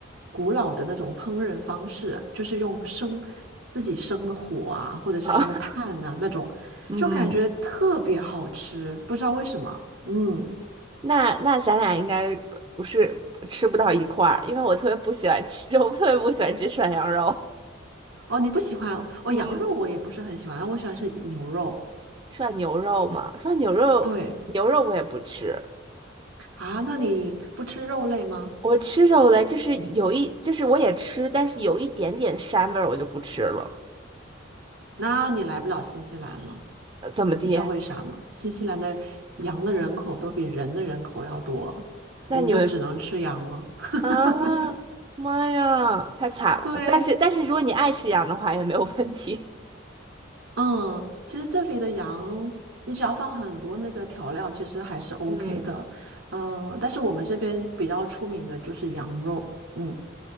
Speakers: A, on the right; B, on the right.
A: 古老的那种烹饪方式，就是用生自己生的火啊，或者是用炭呐、
B: 啊
A: 那种，
B: <laughs> 嗯，
A: 就感觉特别好吃，不知道为什么。嗯，
B: 那那咱俩应该不不是吃不到一块儿，因为我特别不喜欢吃，<laughs> 我特别不喜欢吃涮羊肉。
A: 哦，你不喜欢哦，
B: 嗯，
A: 羊肉我也不是很喜欢，我喜欢吃牛肉。
B: 涮牛肉嘛，涮牛肉牛肉我也不吃，
A: 对啊，那你不吃肉类吗？
B: 我吃肉嘞，就是有一，就是我也吃，但是有一点点膻味儿，我就不吃了。
A: 那你来不了新西兰了。
B: 呃，怎么的？
A: 你知道为啥吗？新西兰的羊的人口都比人的人口要多，
B: 那你们
A: 我们就只能吃羊了。<laughs>
B: 啊，妈呀，太惨了！
A: 对，
B: 但是但是，如果你爱吃羊的话，也没有问题。
A: 嗯，其实这里的羊，你只要放很多那个调料，其实还是 OK
B: <laughs> 嗯。
A: 的。嗯，但是我们这边比较出名的就是羊肉，嗯，